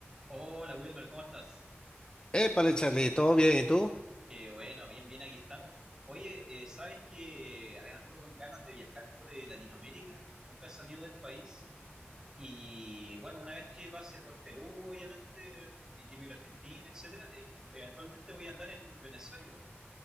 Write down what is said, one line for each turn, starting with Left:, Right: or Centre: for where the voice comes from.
Right: Hola Wilmer, ¿cómo estás?
Left: Épale, Charlie, ¿todo bien? ¿Y tú?
Right: Qué bueno, bien, bien, aquí estamos. Oye, eh, ¿sabes que ando con ganas de viajar por eh, Latinoamérica? Nunca he salido del país y bueno, una vez que pase por Perú, obviamente, y quiero ir a Argentina, etcétera, eh, eventualmente voy a andar en Venezuela igual.